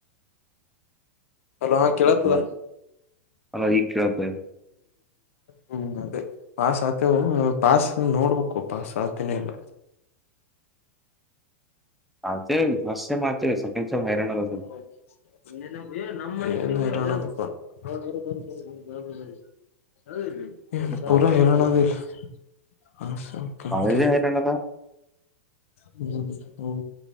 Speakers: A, on the left; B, in the centre.
A: ಹಲೋ ಕೇಳತದಾ,
B: ಹೌ- ಅಲ್ಲ ಈಗ ಕೇಳ್ತ
A: ಹು ಅದೇ ಪಾಸ್ ಆತವು ಪಾಸ್ ನೋಡ್ಬೇಕು ಪಾಸ್ ಆತನೆ ಇಲ್ಲ.
B: ಆಗತಿ ಫಸ್ಟ್ ಸಟೈಮ ಆ ಸೆಂಡ್ ಸೈಮ ಹೈರಾಣ ಬು.
A: <inaudible> ಏನಪ್ಪಿ ಎ ನಮ್ಮ ಮನಿ ಹೈರಾನಾತಪ್ಪಾ ಹೊಲಬಿಡು ಬರಿ ಬರಿ ಬರಿ ಬಡಾ ಬಡಾ ಬರಿ. ಅವಾ ಎಲ್ಲಿ
B: ಸ್ವಲ್ಪ
A: ಪುರಾಹೈರಾಣ ಆಗೇತಿ ಹಾ ಸ ಕೆ
B: ಕಾಲೇಜೇ
A: ಕೆ.
B: ಹೈರಾಣ ಅದ
A: ಹು ಹೌ.